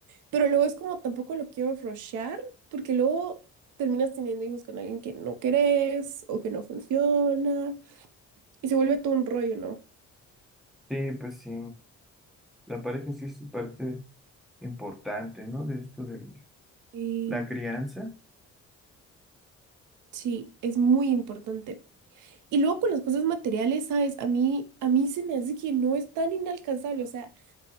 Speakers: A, on the right; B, in the centre.
A: Pero luego es como, tampoco lo quiero rushear, porque luego terminas teniendo hijos con alguien que no querés o que no funciona. Y se vuelve todo un rollo, ¿no?
B: sí, pues sí, la pareja sí es parte importante, ¿no? De esto de
A: Y sí,
B: la crianza.
A: sí, es muy importante. Y luego con las cosas materiales, ¿sabes? A mí, a mí se me hace que no es tan inalcanzable. O sea,